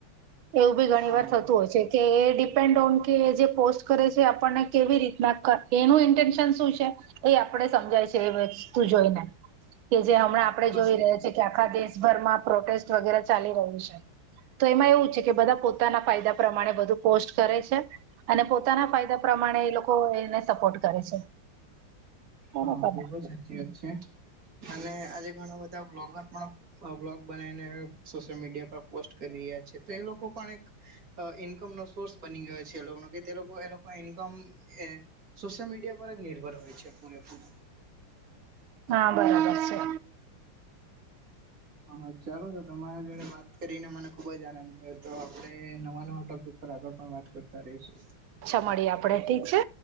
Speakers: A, on the right (about 75°); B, on the right (about 40°).
A: એવું બી ઘણી
B: હા
A: વાર થતું હોય છે. કે એ ડિપેન્ડ ઓન કે જે પોસ્ટ કરે છે આપણને કેવી રીતના કર, એનું ઇન્ટન્શન શું છે? એ આપડે સમજાય છે એ વસ્તુ જોઈને કે જે હમણાં
B: હા
A: આપડે
B: બિલકુલ
A: જોઈ
B: સાચી
A: રહે
B: વાત
A: છે કે આ ખા દેશભરમાં પ્રોટેસ્ટ વગેરે ચાલી રહ્યું છે તો એમાં એવું છે કે બધા પોતાના ફાયદા પ્રમાણે બધું પોસ્ટ કરે છે અને પોતાના ફાયદા પ્રમાણે એ લોકો એને સપોર્ટ કરે છે. બરાબર
B: હા, બિલકુલ
A: ને?
B: સાચી વાત છે અને આજે ઘણા બધા બ્લોગર પણ આ બ્લોગ બણાઈને સોશિયલ મીડિયા પર પોસ્ટ કરી રહ્યા છે તો એ લોકો પણ એક અ ઈન્કમનો સોર્સ બની ગયો છે એ લોકોનો કે તે લોકો એ લોકો ઈન્કમ એ સોશિયલ મીડિયા પર જ નિર્ભર હોય છે પૂરેપૂરું.
A: હા, બરાબર છે.
B: હા હા, ચાલો તો તમારા જોડે વાત કરીને મને ખુબ જ આનંદ થયો તો આપે નવા નવા ટોપિક પર આગળ પણ વાત કરતા રહીશું.
A: અચ્છા મડીએ આપડે ઠીક છે.